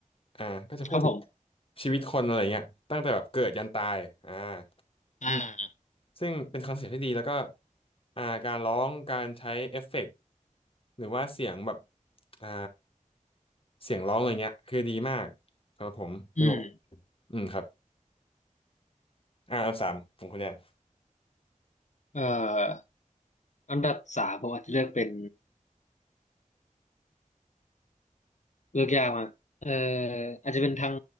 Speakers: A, on the left; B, on the left.
A: อ่าก็จะพูดถึง
B: ครับผม
A: ชีวิตคนอะไรเงี้ยตั้งแต่แบบเกิดยันตายอ่า
B: อ่า
A: อืม ซึ่งเป็นคอนเซ็ปต์ที่ดีแล้วก็อ่าการร้องการใช้เอฟเฟกต์หรือว่าเสียงแบบอ่าเสียงร้องอะไรเงี้ยคือดีมากครับผมไม่รู้
B: อืม
A: อืมครับอ่าอันดับสามของคุณแดน
B: เอ่ออันดับสามผมอาจจะเลือกเป็นเลือกยากมากเอ่ออาจจะเป็นทาง